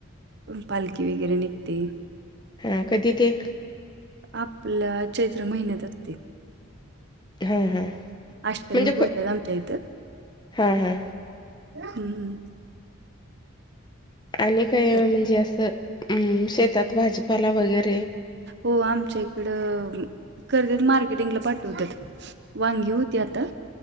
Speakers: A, on the right; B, on the left.
A: पण पालखी वगैरे निघते.
B: हा कधी ते?
A: आपल चैत्र महिन्यात असते.
B: हा हा.
A: अष्ट
B: म्हणजे
A: मी बोलतात
B: क
A: आमच्या इथं
B: हा हा.
A: हम्म.
B: आणि काय
A: त्याला-
B: म्हणजे असं, अम शेतात भाजीपाला वगैरे.
A: हो आमच्या इकडं, करवीर मार्केटिंगला पाठवत्यात. वांगी होती आता.